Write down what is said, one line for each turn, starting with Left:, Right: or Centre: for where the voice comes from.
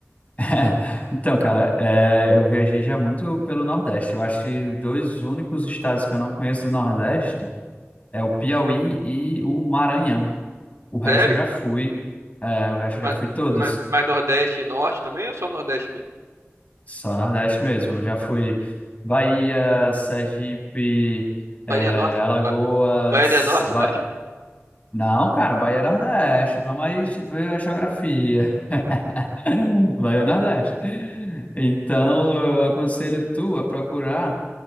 Left: <laughs> Então, cara, é, eu viajei já muito pelo Nordeste. Eu acho que os dois únicos estados que eu não conheço do Nordeste é o Piauí e o Maranhão. O resto
Right: Sério?
Left: eu já fui, é, o resto eu
Right: Mas,
Left: já fui todos.
Right: mas, mas Nordeste e Norte também ou só Nordeste mesmo?
Left: Só Nordeste mesmo. Eu já fui Bahia, Sergipe, eh,
Right: Bahia Norte?
Left: Alagoas.
Right: Ba- Bahia Norte,
Left: Vai...
Right: mas.
Left: Não, cara, Bahia é Nordeste. Vamos aí ver a geografia. <laughs> Bahia é Nordeste. Então, eu aconselho tu a procurar.